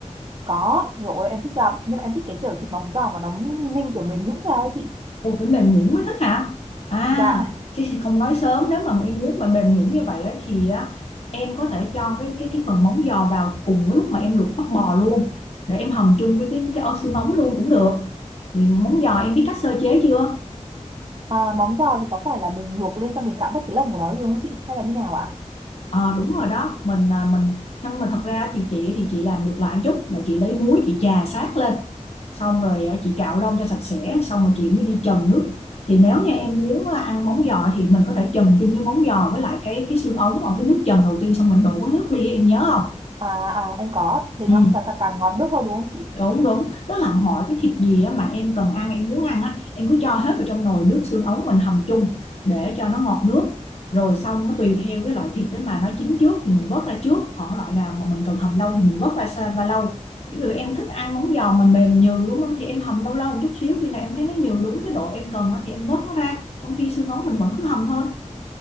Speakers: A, on the right (about 40°); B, on the left (about 55°).
A: Có, rồi em thích lắm nhưng mà em thích cái kiểu thịt móng giò mà nó ninh kiểu mềm nhũn ra ấy chị.
B: ôi phải mềm nhũn mới thích hả à
A: Dạ.
B: chứ không nói sớm nếu mà em muốn mà mềm nhũn như vậy á, thì á, em có thể cho cái cái cái phần móng giò vào cùng với lúc mà em luộc bắp bò luôn để em hầm chung với cái cái ô xương móng luôn cũng được thì móng giò em biết cách sơ chế chưa
A: À, móng giò thì có phải là mình luộc lên xong mình cạo bớt cái lông của nó đi đúng không chị? Hay là như nào ạ?
B: Ờ đúng rồi đó mình à, mình nhưng mà thật ra thì chị thì chị làm ngược lại một chút là chị lấy muối chị chà sát lên xong rồi à, chị cạo lông cho sạch sẽ xong rồi chị mới đi trần nước thì nếu như em muốn à, ăn móng giò thì mình có thể trần chung với móng giò với lại cái cái xương ống ở cái nước trần đầu tiên xong mình đổ cái nước đi em nhớ không
A: À, à em có, thế nó
B: ừ
A: càng, càng ngọt nước hơn đúng không chị?
B: đúng đúng tức là mọi cái thịt gì á mà em cần ăn em muốn ăn á em cứ cho hết vào trong nồi nước xương ống mình hầm chung để cho nó ngọt nước rồi xong nó tùy theo cái loại thịt đó mà nó chín trước thì mình vớt ra trước còn cái loại nào mà mình cần hầm lâu thì mình vớt ra xa và lâu ví dụ em thích ăn món giòn mà mềm nhừ đúng không thì em hầm lâu lâu một chút xíu khi nào em thấy nó nhừ đúng cái độ em cần á thì em vớt nó ra trong khi xương ống mình vẫn cứ hầm thôi